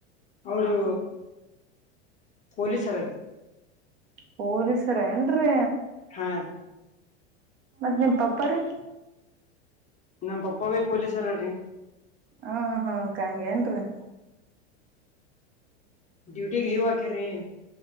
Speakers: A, on the left; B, on the right.
A: ಅವರು ಪೊಲೀಸ್ರ
B: ಪಲೀಸರ ಏನ್ರಿೀ
A: ಹಾ
B: ಮತ್ತತ್ ನಿಮ್ ಪಪ್ಪ ರೀ
A: ನಮ್ಮ ಪಪ್ಪಾವೇ ಪೊಲೀಸಾರ ರೀ
B: ಹಾ ಹಾ ಕಂಗಗೆ ಏನ್ರಿ
A: ಡ್ಯೂಟಿ ಲೀವ್ ಆಾಕ ರೀ